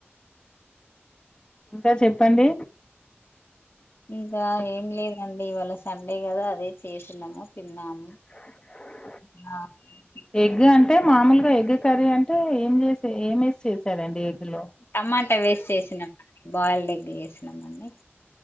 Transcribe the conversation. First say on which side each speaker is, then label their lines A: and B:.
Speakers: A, on the left; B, on the left.
A: ఇంకా చెప్పండి
B: ఇంకా ఏం లేదండి ఇవాళ సండే కదా అదే చేసినము తిన్నాము
A: అ
B: నాది
A: ఎగ్ అంటే మామూలుగా ఎగ్ కర్రీ అంటే ఏం చేసి ఏమేసి చేసారండి ఎగ్ లో
B: టమాటా వేస్ చేసినాం బాయిల్డ్ ఎగ్ చేసినామండి